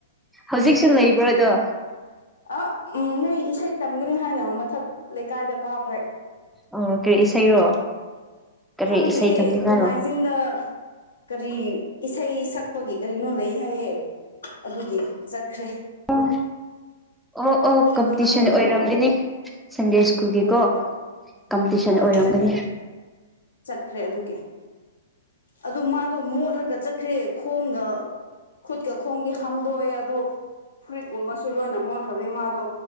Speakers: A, in the centre; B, on the left (about 80°).
A: ꯍꯧꯖꯤꯛꯁꯨ ꯂꯩꯕ꯭ꯔꯣꯗꯣ
B: ꯑ ꯎ ꯃꯣꯏ ꯏꯁꯩ ꯇꯝꯒꯅꯤ ꯍꯥꯏꯅ ꯃꯊꯛ ꯂꯩꯀꯥꯏꯗ ꯀꯥꯈ꯭ꯔꯦ
A: ꯑꯣ ꯀꯩ ꯏꯁꯩꯔꯣ ꯀꯔꯤ
B: ꯈꯪꯗꯦ
A: ꯏꯁꯩ ꯇꯝꯅꯤꯡꯉꯥꯏꯔꯣ
B: ꯂꯣꯡꯃꯥꯏꯖꯤꯡꯗ ꯀꯔꯤ ꯏꯁꯩ ꯁꯛꯄꯒꯤ ꯀꯔꯤꯅꯣ ꯂꯩ ꯍꯥꯏꯌꯦ ꯑꯗꯨꯒꯤ ꯆꯠꯈ꯭ꯔꯦ
A: ꯑ ꯑꯣ ꯑꯣ ꯀꯝꯄꯤꯇꯤꯁꯟ
B: ꯅꯪ ꯈꯪꯗꯕ꯭ꯔꯣ
A: ꯑꯣꯏꯔꯝꯒꯅꯤ ꯁꯟꯗꯦ ꯁ꯭ꯀꯨꯜꯒꯤꯀꯣ
B: ꯍꯣꯏ
A: ꯀꯝꯄꯤꯇꯤꯁꯟ
B: ꯍꯣꯏ
A: ꯑꯣꯏꯔꯝꯒꯅꯤ
B: ꯆꯠꯈ꯭ꯔꯦ ꯆꯠꯈ꯭ꯔꯦ ꯑꯗꯨꯒꯤ ꯑꯗꯨ ꯃꯥ ꯑꯗꯨ ꯃꯣꯠꯂꯒ ꯆꯠꯈ꯭ꯔꯦ ꯈꯣꯡꯒ ꯈꯨꯠꯀ ꯈꯣꯡꯗꯤ ꯍꯥꯝꯗꯣꯛꯑꯦ ꯑꯗꯨ ꯐꯨꯔꯤꯠꯀꯨꯝꯕꯁꯨ ꯂꯣꯏꯅ ꯃꯣꯠꯈ꯭ꯔꯕꯅꯦ ꯃꯥꯗꯣ